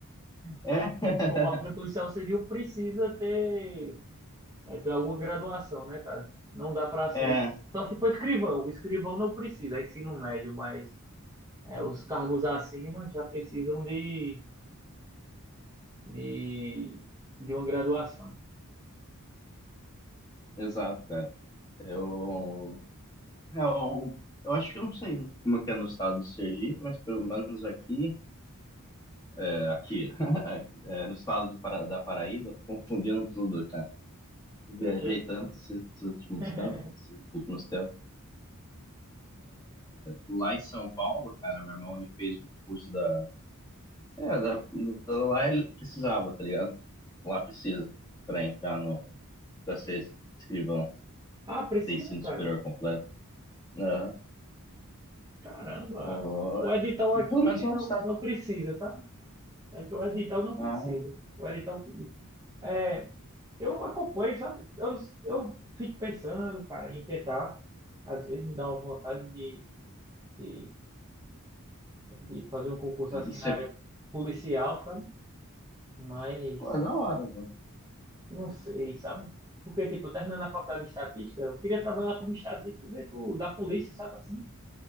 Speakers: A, on the left; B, on the right.
A: É,
B: se for pra ser policial civil, precisa ter, é, ter alguma graduação, né, cara? Não dá para
A: <laughs>
B: ser.
A: é,
B: Só se for escrivão. O escrivão não precisa, é ensino médio, mas é, os cargos acima já precisam de. de, de uma graduação.
A: exato, cara. Eu, é, eu, eu acho que eu não sei como é que é no estado do Sergipe, mas pelo menos aqui, é, aqui, <laughs> é, no estado de Para- da Paraíba, tô confundindo tudo, cara. Viajei
B: Tranquilo.
A: tanto esses últimos
B: <laughs>
A: tantos, esses últimos tempos. Lá em São Paulo, cara, meu irmão ele fez um curso da É, da, da- da lá ele precisava, tá ligado? Lá precisa pra entrar no, pra ser escrivão,
B: Ah, precisa,
A: ter ensino
B: cara?
A: superior completo. Aham.
B: Caramba.
A: Pô,
B: O edital aqui
A: pelo menos lá
B: não,
A: no estado.
B: não precisa, sabe? É que o edital não
A: Ah,
B: precisa. O edital que- diz. é, eu acompanho, sabe? Eu, eu fico pensando, cara, em tentar. Às vezes me dá uma vontade de, de, de fazer um concurso assim
A: você,
B: na área policial, sabe? Mas
A: pô, é da hora, mano.
B: não sei, sabe? Porque, tipo, eu terminando a faculdade de estatística, eu queria trabalhar como estatístico dentro da polícia, sabe assim?